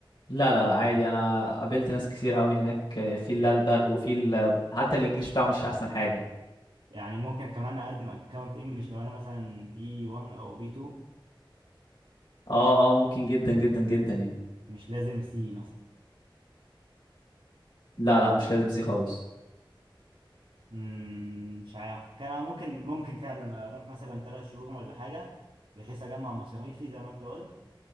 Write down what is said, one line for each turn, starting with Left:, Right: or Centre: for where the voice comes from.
Left: لا لا لا عادي انا قابلت ناس كتير قوي هناك آه، في اللي ألدغ وفي ال- حتى الانجليش بتاعه مش احسن حاجة
Right: يعني ممكن كمان اقدم اكونت انجلش لو انا مثلا بي 1 او بي 2
Left: اه اه ممكن جدا جدا جدا يعني
Right: مش لازم سي مثلا
Left: لا لا مش لازم سي خالص
Right: مم، مش عارف كان ممكن ممكن فعلا اروح مثلا ثلاث شهور ولا حاجه بحيث اجمع مصاريفي زي ما انت قلت